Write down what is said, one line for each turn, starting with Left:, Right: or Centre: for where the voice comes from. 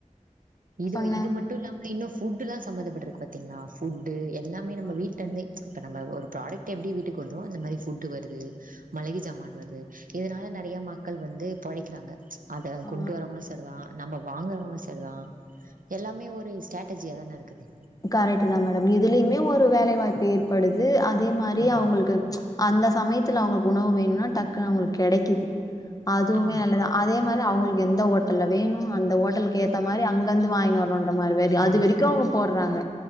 Right: இது
Left: சொன்ன
Right: இது மட்டு இல்லாம இன்னு ஃபுட்டுலா சமந்தப்பட்ருக்கு பாத்தீங்ளா ஃபுட்டு எல்லாமே நம்ம
Left: ஆமா
Right: வீட்ல இருந்தே இப்ப நம்ம ஒரு ப்ராடெக்ட் எப்டி வீட்டுக் வருதோ அந்த மாரி ஃபுட்டு வருது மளிகை ஜமான் வருது இதுனால நெறைய மக்கள் வந்து பொழைக்குறாங்க அத
Left: ஆ
Right: கொண்டு வரறவங்களு சரிதா நம்ம வாங்கறவங்களு சரிதா எல்லாமே ஒரு ஸ்ட்ராட்டஜியா தான இருக்குது
Left: கரெக்ட் தா மேடம் இதுலயுமே ஒரு வேலை வாய்ப்பு ஏற்படுது அதே மாரி அவங்களுக்கு
Right: ஆ
Left: அந்த சமயத்துல அவங்களுக்கு உணவு வேணுனா டக்குனு அவங்களுக்கு கெடைக்குது அதுவுமே
Right: ஆமா
Left: நல்லதா அதே மாரி அவங்களுக்கு எந்த ஓட்டல்ல வேணு அந்த ஓட்டலுக்கு ஏத்த மாரி அங்கந்து வாங்கினு வரணுன் ற மாரி வேது அது
Right: ஆ
Left: வரைக்கு அவங்க போட்றாங்க